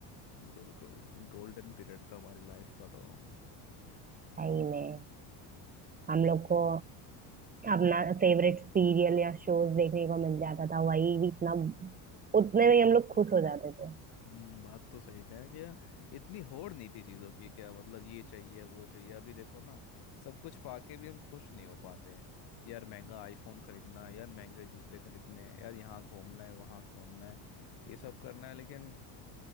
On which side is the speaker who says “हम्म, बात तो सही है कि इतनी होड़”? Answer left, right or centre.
Left